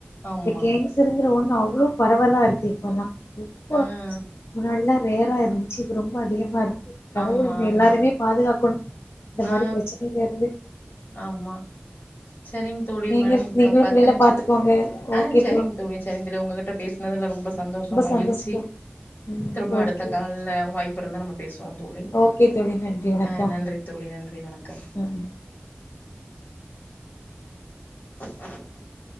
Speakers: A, on the left (about 50°); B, on the left (about 90°).
A: ஆமா
B: இந்த கேங்கசருங்கிற ஒண்ணு அவ்வளோ பரவலா இருக்கு இப்பெல்லா ரொம்ப
A: அ
B: முன்னாடில்லா ரேரா இருந் இது ரொம்ப அதிகமா இருக்கு கடவுள்
A: ஆமா
B: நம்ம
A: ஆமா
B: எல்லாருமே பாதுகாக்கணு இந்த
A: ஆ
B: மாரி பிரச்சனயில இருந்து
A: ஆமா செரிங் தோழி
B: நீங்க
A: மணி
B: நீங்களு
A: பத்து
B: பிள்ளைகள
A: நிமிஷத்துக்கு
B: பாத்துக்கோங்க
A: அ
B: ஓகே
A: செரிங்க தோழி செரிங்க தோழி உங்ககிட்ட பேசினதுல ரொம்ப சந்தோஷம் மகிழ்ச்சி
B: சந்தோஷ தோழி ம்
A: திரும்ப
B: ஓகே
A: அடுத்த கால்ல வாய்ப்பு இருந்தா நம்ப பேசுவோ தோழி
B: ஓகே தோழி நன்றி வணக்கம்
A: அ நன்றி தோழி நன்றி வணக்கம்
B: ம்
A: <inaudible>